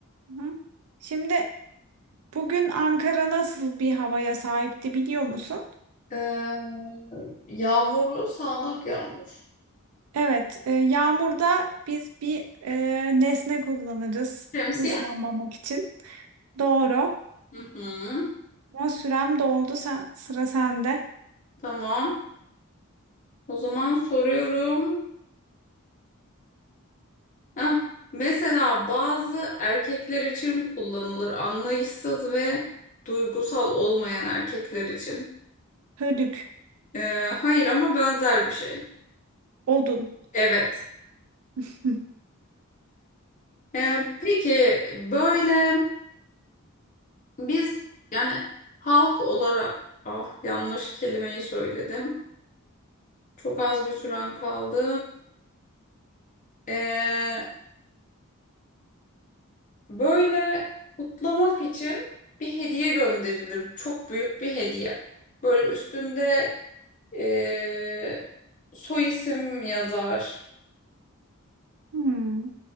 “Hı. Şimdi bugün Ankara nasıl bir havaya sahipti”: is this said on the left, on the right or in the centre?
Right